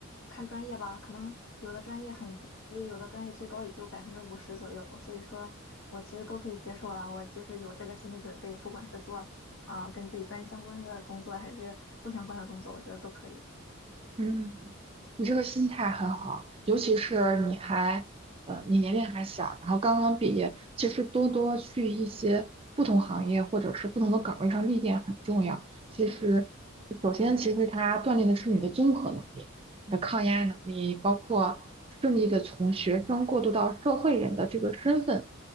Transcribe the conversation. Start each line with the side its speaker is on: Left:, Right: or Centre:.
Left: 看专业吧。可能有的专业很低，有的专业最高也就百分之五十左右。所以说我其实都可以接受了。我就是有这个心理准备，不管是做啊跟自己专业相关的工作，还是不相关的工作，我觉得都可以。
Right: 嗯，你这个心态很好，尤其是你还，呃，你年龄还小，然后刚刚毕业，其实多多去一些不同行业或者是不同的岗位上历练很重要。其实，首先其实它锻炼的是你的综合能力、你的抗压能力，包括顺利的从学生过渡到社会人的这个身份，